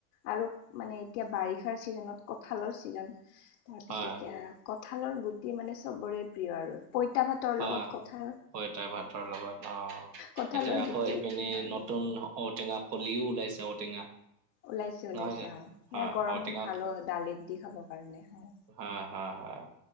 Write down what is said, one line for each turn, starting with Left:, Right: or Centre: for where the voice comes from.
Left: আৰু মানে এতিয়া বাৰিষাৰ ছিজনত কঠালৰ ছিজন তাৰপিছত
Right: হয়
Left: এতিয়া কঁঠালৰ গুটি মানে চবৰে প্ৰিয় আৰু পইতা ভাতৰ
Right: হয়
Left: লগত কঁঠাল
Right: পইতা ভাতৰ লগত অ
Left: কঁঠালৰ
Right: এতিয়া আকৌ
Left: গুটি
Right: সেইপিনি নতুন
Left: উম
Right: ঔটেঙা কলিও ওলাইছে ঔটেঙা
Left: ওলাইছে ওলাইছে
Right: নহয় জানো?
Left: অ সেয়া
Right: হয়
Left: গৰমত
Right: ঔটেঙা
Left: ভাল অ দালিত দি খাবৰ কাৰণে হয়
Right: হয় হয় হয়